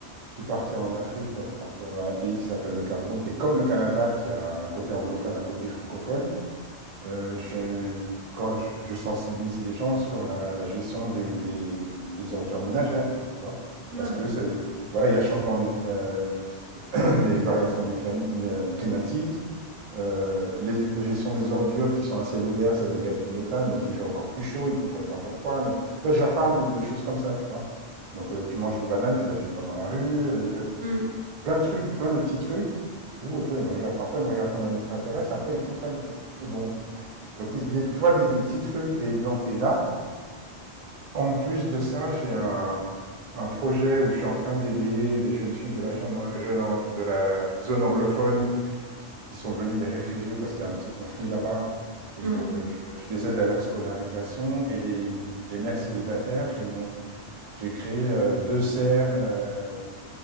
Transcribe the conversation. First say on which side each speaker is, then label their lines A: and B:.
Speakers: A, on the right (about 50°); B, on the right (about 80°).
A: je vais partir en Afrique, là, je vais partir dans un pays qui s'appelle le Cameroun, qui est comme le Canada, qui a un côté anglophone, un côté francophone. Euh, je, quand je, je sensibilise les gens sur la, la gestion des, des, des ordures ménagères, tu vois,
B: Ouais.
A: parce que c'est, voilà, il y a changement, mé- euh, <clears throat> les variations méclan- mé- euh, climatiques, euh, les, la gestion des ordures qui sont à ciel ouvert, ça dégage du méthane, donc il fait encore plus chaud, ils ne comprennent pas pourquoi. Donc, toi, je leur parle de, de choses comme ça, tu vois. Donc, euh, tu manges une banane, tu la jettes pas dans la rue, euh, tu vois,
B: Mhm.
A: plein de trucs, plein de petits trucs où, tu vois, ils me regardent, parfois, ils me regardent comme un extraterrestre, après, ils comprennent, tu vois. Et bon, donc, des- des- tu vois, des, des petits trucs. Et, donc, et là, en plus de ça, j'ai un, un projet où je suis en train d'aider des jeunes filles de la, jeune- jeune- de la zone anglophone qui sont devenues des réfugiés parce qu'il y a un petit conflit là-bas. Et
B: Hmm.
A: donc, euh, je, je les aide à leur scolarisation. Et les, les mères célibataires, j'ai mon, j'ai créé euh, deux serres euh,